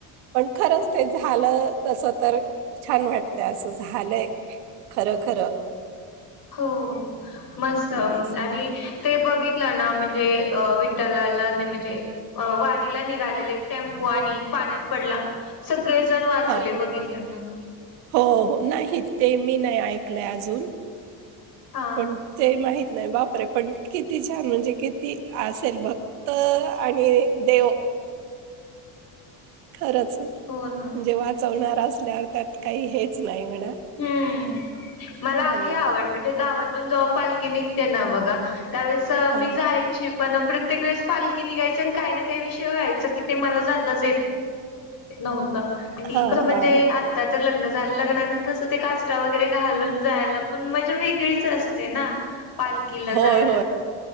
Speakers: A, on the right; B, on the left.
A: खरच तेझा झालं तस तर छान वाटत असं झालंय खरं खरं
B: हो मस्त
A: दिस मस्त.
B: आणि ते बघितलं ना म्हणजे अ विठ्ठलाला
A: अ,
B: म्हणजे
A: ते
B: अ
A: म्हणजे
B: वारीला निघालेले एक टेम्पो आणि पाण्यात पडला सगळेजण वाचले
A: हा. सगळेजण
B: बघितले
A: वाचले
B: ना
A: बघितले. हो नाही ते मी नाही ऐकलंय अजून
B: हा
A: पण ते माहित नाही बापरे पण किती छान म्हणजे किती असेल बघ त आणि देव खरंच म्हणजे
B: हो ना.
A: वाचवणार असल्यावर त्यात काही हेच नाही म्हणा
B: हम्म मला आहे
A: हो.
B: आवड म्हणजे गावातून जेव्हा पालखी निघते ना बघा त्यावेेळेस मी
A: हा.
B: जायची पण प्रत्येक वेळेस पालखी निघायची आणि काही ना काही विषय व्हायचं क ते मला जाताच नव्हत मी
A: हा
B: पण म्हणजे,
A: हा
B: आत्ता तर लग्न झालं, लग्नानंतर अस ते काष्टा वगैरे घालून जायला पण मजा वेगळीच असते ना, पालखीला
A: होय
B: जायला